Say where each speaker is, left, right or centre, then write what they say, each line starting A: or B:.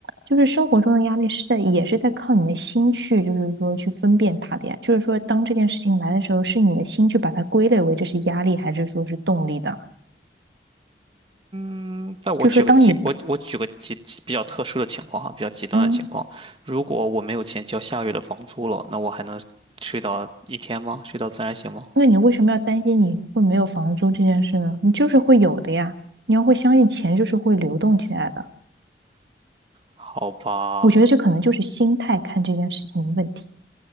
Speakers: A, on the right (about 75°); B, on the right (about 30°).
A: 就是生活中的压力是在，也是在靠你的心去，就是说去分辨它的呀。就是说，当这件事情来的时候，是你的心去把它归类为这是压力，还是说是动力的？
B: 嗯，那我举个极，
A: 就是说，当你，
B: 我我举个极极比较特殊的情况哈，比较极端的情况，
A: 嗯，
B: 如果我没有钱交下个月的房租了，那我还能睡到一天吗？睡到自然醒吗？
A: 那你为什么要担心你会没有房租这件事呢？你就是会有的呀，你要会相信钱就是会流动起来的。
B: 好吧，
A: 我觉得这可能就是心态看这件事情的问题。